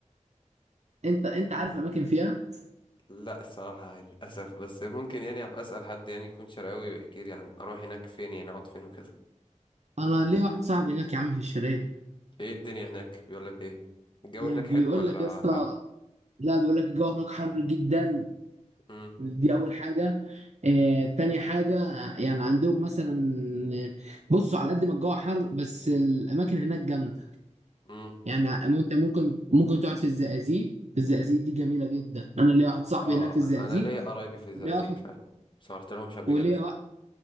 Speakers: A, on the right; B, on the left.
A: انت انت عارف اماكن فيها
B: لا الصراحة للأسف بس ممكن يعني ابقى اسأل حد يعني يكون شرقاوي ويحكي لي عن اروح هناك فين يعني اقعد فين وكده
A: انا ليا واحد صاحبي هناك يا عم في الشرقية
B: ايه الدنيا هناك بيقول لك ايه الجو
A: بيقول
B: هناك حلو ولا
A: لك يا اسطى
B: حر
A: لا بيقول لك الجو هناك حر جدا
B: امم
A: دي اول حاجه آه، تاني حاجه يعني عندهم مثلا آه، بصوا على قد ما الجو حر بس الاماكن هناك جامده
B: امم
A: يعني انت ممكن ممكن تقعد في الزقازيق الزقازيق دي جميله جدا انا ليا واحد صاحبي
B: اه
A: هناك في الزقازيق
B: انا ليا قرايبي في الزقازيق
A: ليا واحد
B: فعلا بس ما رحت لهمش قبل
A: وليا
B: كده ف...
A: وا-